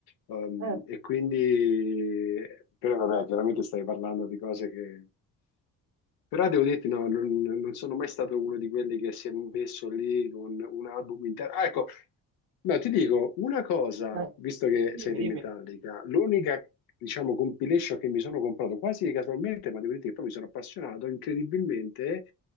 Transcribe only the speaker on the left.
Ehm,
e quindi, però vabbè, chiaramente stai parlando di cose che... Però devo dirti, no, non, non sono mai stato uno di quelli che si è messo lì con un album intero. Ah, ecco, no, ti dico una cosa,
visto che
sei di
Metallica, l'unica, diciamo, compilation che mi sono comprato quasi casualmente, ma devo dirti che poi mi sono appassionato incredibilmente,